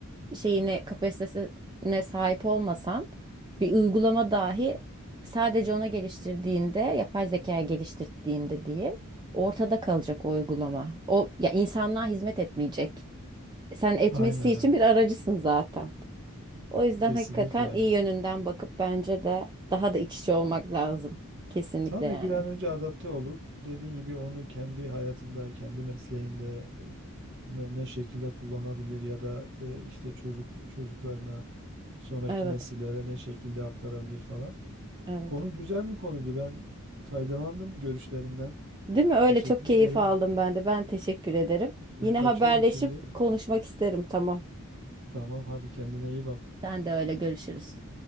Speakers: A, on the right; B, on the right.
A: şeyine kapasitesine sahip olmasan bir uygulama dahi sadece ona geliştirdiğinde yapay zekaya geliştirdiğinde diyeyim ortada kalacak o uygulama. O ya insanlığa hizmet etmeyecek. Sen etmesi
B: Aynen
A: için
B: evet.
A: bir aracısın zaten. O yüzden
B: Kesinlikle
A: hakikaten
B: aynen.
A: iyi yönünden bakıp bence de daha da iç içe olmak lazım. Kesinlikle
B: Tabii
A: yani.
B: bir an önce adapte olup dediğin gibi onu kendi hayatında, kendi mesleğinde e, ne, ne şekilde kullanabilir ya da e, işte çocuk çocuklarına sonraki
A: Evet,
B: nesillere ne şekilde aktarabilir falan.
A: evet.
B: Konu güzel bir konuydu. Ben faydalandım görüşlerinden.
A: Değil mi? Öyle
B: Teşekkür
A: çok keyif
B: ederim.
A: aldım ben de. Ben teşekkür ederim. Yine
B: Ben kaçıyorum
A: haberleşip
B: şimdi.
A: konuşmak isterim. Tamam.
B: Tamam, hadi kendine iyi bak.
A: Sen de öyle görüşürüz.